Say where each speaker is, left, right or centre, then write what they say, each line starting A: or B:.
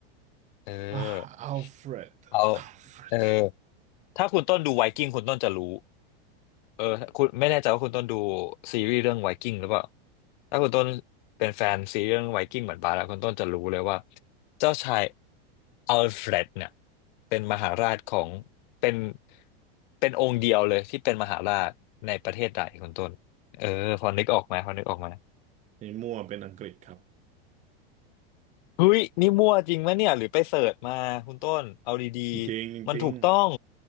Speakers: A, on the left; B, on the right.
A: เออ
B: อ่ะอัลเฟรดอัลเฟรด
A: เอาเออถ้าคุณต้นดูไวกิ้งคุณต้นจะรู้ เออคุณไม่แน่ใจว่าคุณต้นดูซีรีส์เรื่องไวกิ้งหรือเปล่าถ้าคุณต้นเป็นแฟนซีรีส์เรื่องไวกิ้งเหมือนบาร์แล้วคุณต้นจะรู้เลยว่าเจ้าชายอัลเฟรดเนี่ยเป็นมหาราชของเป็นเป็นองค์เดียวเลยที่เป็นมหาราชในประเทศใดคุณต้นเออพอนึกออกไหมพอนึกออกไหม
B: นี่มั่วเป็นอังกฤษครับ
A: เฮ้ยนี่มั่วจริงไหมเนี่ยหรือไปเสิร์ชมาคุณต้นเอาดีๆมันถูกต้อง
B: จริงจริง